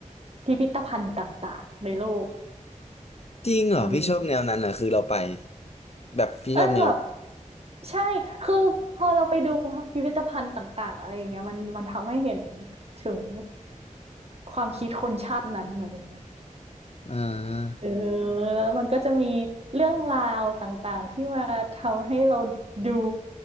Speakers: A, on the right (about 50°); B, on the left (about 50°).
A: พิพิธภัณฑ์ต่างๆในโลก
B: จริงเหรอพี่ชอบแนวนั้นเหรอคือเราไป
A: อืม
B: แบบพี่ชอบแนว
A: เอ้ยแบบใช่คือพอเราไปดูพิพิธภัณฑ์ต่างๆอะไรอย่างเงี้ยมันมันทำให้เห็นถึงความคิดคนชาตินั้นอะไรอย่างเงี้ย
B: อ่า
A: เออแล้วมันก็จะมีเรื่องราวต่างๆที่มาทำให้เราดู